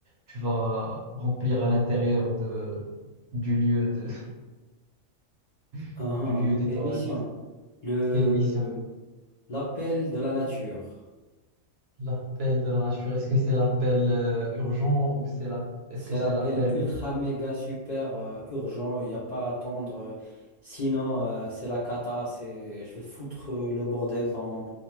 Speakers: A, on the right (about 60°); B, on the left (about 55°).
A: tu vas remplir à l'intérieur de, du lieu de, <laughs>
B: Ah, ah,
A: du lieu des
B: quelle
A: toilettes.
B: mission? Le,
A: Quelle mission?
B: l'appel de la nature.
A: L'appel de la nature, est-ce que c'est l'appel euh, urgent ou c'est la, est-ce
B: C'est
A: que c'est
B: l'appel
A: l'appel...
B: ultra, méga, super, euh, urgent. Il n'y a pas à attendre. euh, Sinon, euh, c'est la cata. C'est, je vais foutre euh, le bordel dans,